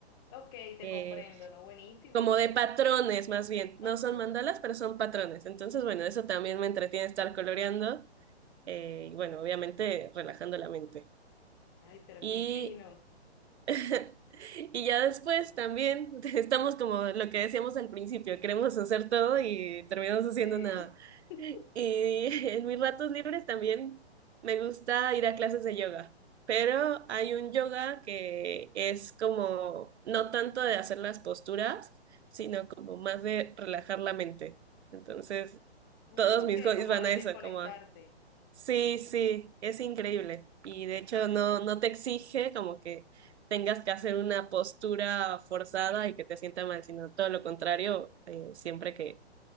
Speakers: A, on the left; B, on the right.
A: Ok, te
B: eh,
A: comprendo, ¿no? Buenísimo,
B: como
A: qué
B: de
A: re-
B: patrones más bien. No
A: Ajá.
B: son mandalas, pero son patrones. Entonces, bueno, eso también me entretiene estar coloreando eh, y bueno, obviamente relajando la mente.
A: Ay, pero
B: Y
A: qué fino.
B: <laughs> Y ya después también <laughs> estamos como lo que decíamos al principio, queremos hacer todo y terminamos haciendo
A: Sí.
B: nada.
A: <laughs>
B: Y <laughs> en mis ratos libres también me gusta ir a clases de yoga, pero hay un yoga que es como no tanto de hacer las posturas, sino como más de relajar la mente. Entonces,
A: Mm,
B: todos
A: ok,
B: mis hobbies
A: como
B: van
A: de
B: a eso,
A: desconectarte.
B: como a Sí, sí, es increíble. Y de hecho no, no te exige como que tengas que hacer una postura forzada y que te sienta mal, sino todo lo contrario, eh, siempre que,